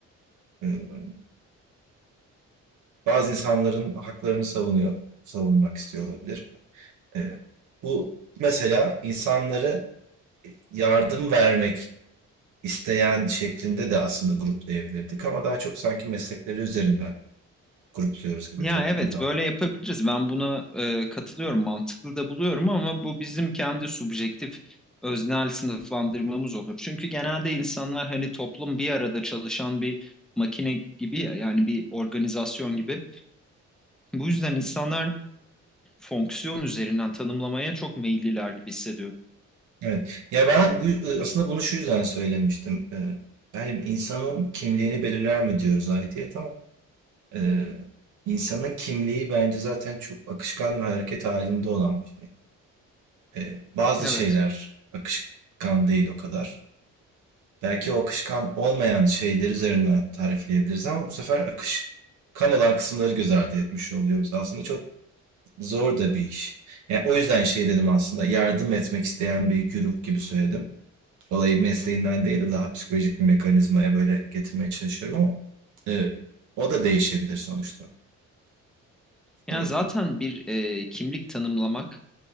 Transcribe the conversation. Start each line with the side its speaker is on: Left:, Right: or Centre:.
Right: eee, bazı insanların haklarını savunuyor savunmak istiyor olabilir. Eee, bu mesela insanları yardım vermek isteyen şeklinde de aslında gruplayabilirdik ama daha çok sanki meslekleri üzerinden grupluyoruz gibi
Centre: Ya
Right: toplumda.
Centre: evet böyle yapabiliriz. Ben buna e, katılıyorum, mantıklı da buluyorum ama bu bizim kendi subjektif öznel sınıflandırmamız olur. Çünkü genelde insanlar hani toplum bir arada çalışan bir makine gibi ya yani bir organizasyon gibi. Bu yüzden insanlar fonksiyon üzerinden tanımlamaya çok meyilliler gibi hissediyorum.
Right: Evet. Ya ben bu, aslında bunu şu yüzden söylemiştim. Ee, yani insanın kimliğini belirler mi diyoruz aidiyet ama e, insanın kimliği bence zaten çok akışkan ve hareket halinde olan bir şey. Ee, bazı
Centre: Evet.
Right: şeyler akışkan değil o kadar. Belki o akışkan olmayan şeyler üzerinden tarifleyebiliriz ama bu sefer akışkan olan kısımları göz ardı etmiş oluyoruz. Aslında çok zor da bir iş. Yani o yüzden şey dedim aslında yardım etmek isteyen bir güruh gibi söyledim. olayı mesleğinden değil daha psikolojik bir mekanizmaya böyle getirmeye çalışıyorum ama e, o da değişebilir sonuçta.
Centre: Yani
Right: E,
Centre: zaten bir e, kimlik tanımlamak